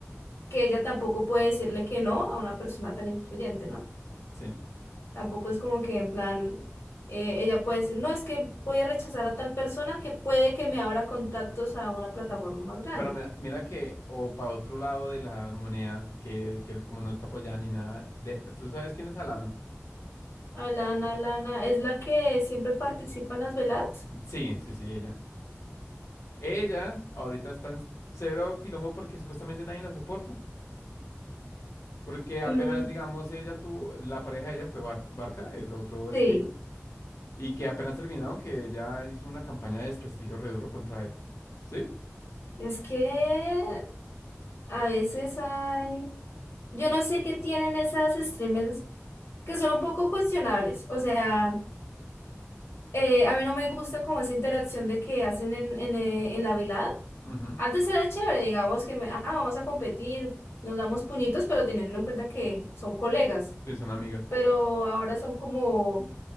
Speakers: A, on the left (about 60°); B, on the left (about 85°).
A: que ella tampoco puede decirle que no a una persona tan influyente, ¿no?
B: sí.
A: Tampoco es como que en plan, eh, ella puede decir, no, es que voy a rechazar a tal persona que puede que me abra contactos a una plataforma más grande.
B: Pero mira, mira que, o para otro lado de la moneda, que, que él como no está apoyada ni nada, de, ¿tú sabes quién es Alana?
A: Alana, Alana, ¿es la que siempre participa en las veladas?
B: Sí, sí, sí, ella. Ella ahorita está en cero quilombo porque supuestamente nadie la soporta. Porque apenas,
A: Mm,
B: digamos, ella tuvo, la pareja de ella fue Bar- Barca, el otro
A: sí,
B: streamer. Y que apenas terminaron, que ya hizo una campaña de desprestigio re duro contra él. ¿Sí?
A: es que a veces hay... Yo no sé qué tienen esas streamers que son un poco cuestionables. O sea, eh, a mí no me gusta como esa interacción de que hacen en, en, eh, en la velada.
B: Ujú.
A: Antes era chévere, digamos que me, ah, vamos a competir, nos damos puñitos, pero teniendo en cuenta que son colegas.
B: Sí, son amigas.
A: Pero ahora son como,